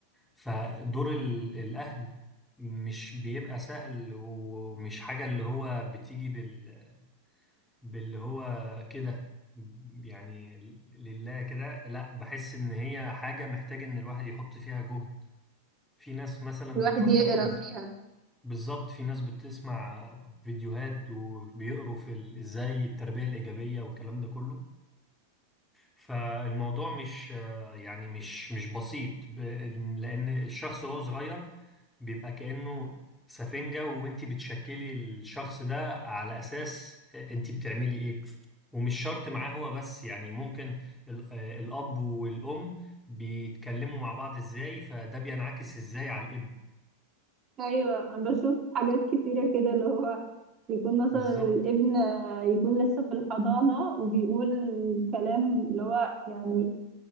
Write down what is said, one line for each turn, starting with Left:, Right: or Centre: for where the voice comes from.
Centre: فدور ال- الأهل مش بيبقى سهل ومش حاجة اللي هو بتيجي بال... باللي هو كده يعني لله كده لا بحس إن هي حاجة محتاج إن الواحد يحط فيها جهد في ناس مثلا
Right: الواحد
Centre: بتروح
Right: يقرا
Centre: تاخد
Right: فيها
Centre: بالظبط في ناس بتسمع فيديوهات وبيقروا في ال- ازاي التربية الإيجابية والكلام ده كله فالموضوع مش يعني مش مش بسيط ب- لأن الشخص وهو صغير بيبقى كأنه سفنجة وانت بتشكلي الشخص ده على أساس انت بتعملي ايه ومش شرط معاه هو بس يعني ممكن ال- آه، الأب والأم بيتكلموا مع بعض ازاي فده بينعكس ازاي على الابن
Right: ايوه انا بشوف حاجات كتيره كده اللي هو يكون مثلا
Centre: بالظبط
Right: الابن يكون لسه في الحضانه وبيقول كلام اللي هو يعني